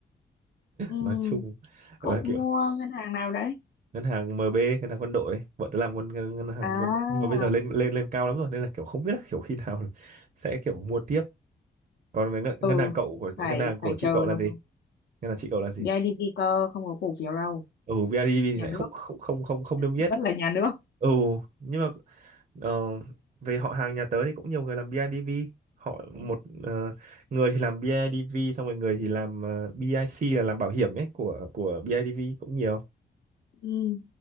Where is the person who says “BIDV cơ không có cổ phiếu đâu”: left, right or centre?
Left